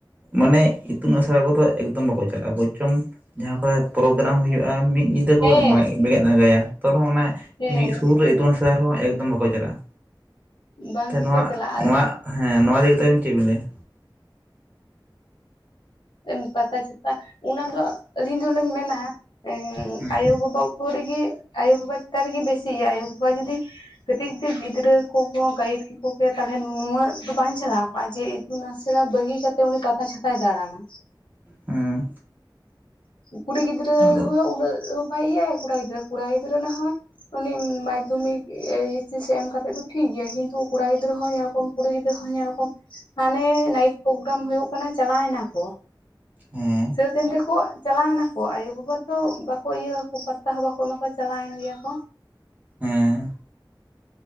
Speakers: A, on the right; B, on the left.
A: ᱢᱟᱱᱮ ᱤᱛᱩᱱ ᱟᱥᱲᱟ ᱠᱚᱫᱚ ᱮᱠᱫᱚᱢ ᱵᱟᱠᱚ ᱪᱟᱞᱟᱜᱼᱟ᱾ ᱵᱚᱨᱪᱚᱱ ᱼᱼ ᱡᱟᱦᱟᱸ ᱠᱚᱨᱮ ᱯᱨᱳᱜᱨᱟᱢ ᱦᱩᱭᱩᱜᱼᱟ ᱢᱤᱫ ᱧᱤ ᱛᱮᱠᱚ
B: ᱦᱮᱸ
A: <unintelligible> ᱵᱮᱸᱜᱮᱫ ᱟᱸᱜᱟᱭᱟ᱾ ᱛᱚ ᱨᱮᱦᱚᱸ ᱚᱱᱟ
B: ᱦᱮᱸ
A: ᱢᱤᱫ ᱥᱩᱨ ᱨᱮ ᱤᱛᱩᱱ ᱟᱥᱲᱟ ᱨᱮᱦᱚᱸ ᱮᱠᱫᱚᱢ ᱵᱟᱠᱚ ᱪᱟᱞᱟᱜᱼᱟ।
B: ᱵᱟᱝ
A: ᱛᱮ
B: ᱜᱮᱠᱚ
A: ᱱᱚᱣᱟ,
B: ᱪᱟᱞᱟᱜᱼᱟ
A: ᱱᱚᱣᱟ ᱦᱮᱸ ᱱᱚᱣᱟ ᱤᱫᱤ ᱠᱟᱛᱮ ᱟᱵᱤᱱ ᱪᱮᱫ ᱵᱤᱱ ᱞᱟᱹᱭᱟ?
B: ᱮᱢ ᱯᱟᱛᱟ ᱪᱷᱟᱛᱟ ᱚᱱᱟ ᱫᱚ ᱟᱹᱞᱤᱧ ᱫᱚᱞᱤᱧ ᱢᱮᱱᱟ ᱮᱸ
A: ᱦᱮᱸ
B: ᱟᱭᱳ ᱵᱟᱵᱟ ᱼᱼ <unintelligible> ᱨᱮᱜᱮ ᱟᱭᱳ ᱵᱟᱵᱟ ᱪᱮᱛᱟᱱ ᱨᱮᱜᱮ ᱵᱮᱥᱤᱜᱼᱟ᱾ ᱟᱭᱳ ᱵᱟᱵᱟ ᱡᱩᱫᱤ ᱼᱼ ᱠᱟᱹᱴᱤᱡ ᱛᱮ ᱜᱤᱫᱽᱨᱟᱹ ᱠᱚᱠᱚ ᱜᱟᱹᱭᱤᱰ ᱠᱮᱠᱚ ᱜᱮᱭᱟ ᱛᱟᱞᱦᱮ ᱱᱩᱱᱟᱹᱜ ᱫᱚ ᱵᱟᱝ ᱪᱟᱞᱟᱣ ᱠᱚᱜᱼᱟ ᱡᱮ ᱼᱼ ᱛᱩᱱ ᱟᱥᱲᱟ ᱵᱟᱹᱜᱤ ᱠᱟᱛᱮ ᱩᱱᱤ ᱯᱟᱛᱟ ᱪᱷᱟᱛᱟᱭ ᱫᱟᱬᱟᱱᱟ।
A: ᱦᱮᱸ
B: ᱠᱩᱲᱤ ᱜᱤᱫᱽᱨᱟᱹ ᱼᱼ
A: ᱟᱫᱚ
B: ᱩᱱᱟᱹᱜ ᱦᱚᱸ ᱵᱟᱭ ᱤᱭᱟᱹ ᱠᱚᱲᱟ ᱜᱤᱫᱽᱨᱟᱹ ᱠᱚᱲᱟ ᱜᱤᱫᱽᱨᱟᱹ ᱱᱟᱦᱚᱭ ᱼᱼ ᱩᱱᱤ ᱢᱟᱫᱽᱫᱷᱚᱢᱤᱠ ᱮᱭᱤᱪᱮᱥ ᱮᱢ ᱠᱟᱛᱮᱫ ᱫᱚ ᱴᱷᱤᱠ ᱜᱮᱭᱟ, ᱠᱤᱱᱛᱩ ᱠᱚᱲᱟ ᱜᱤᱫᱽᱨᱟᱹ ᱦᱚᱸ ᱧᱮᱞᱠᱚᱢ ᱼᱼ ᱠᱩᱲᱤ ᱜᱤᱫᱽᱨᱟᱹ ᱦᱚᱸ ᱧᱮᱞᱚᱠᱚᱢ᱾ ᱦᱟᱱᱮᱻ ᱱᱟᱭᱤᱴ ᱯᱨᱳᱜᱨᱟᱢ ᱦᱩᱭᱩᱜ ᱠᱟᱱᱟ ᱪᱟᱞᱟᱭ ᱱᱟ ᱠᱚ।
A: ᱦᱮᱸ
B: ᱥᱟᱹᱛ ᱮᱱ ᱛᱮᱠᱚ ᱪᱟᱞᱟᱣ ᱱᱟᱠᱚ ᱟᱭᱳᱵᱟᱵᱟ ᱫᱚ ᱵᱟᱠᱚ ᱤᱭᱟᱹ ᱟᱠᱚ ᱯᱟᱛᱛᱟ ᱦᱚᱸ ᱵᱟᱠᱚ ᱮᱢᱟ ᱠᱚᱣᱟ ᱪᱟᱞᱟᱣᱮᱱ ᱜᱮᱭᱟ ᱠᱚ।
A: ᱦᱮᱸ᱾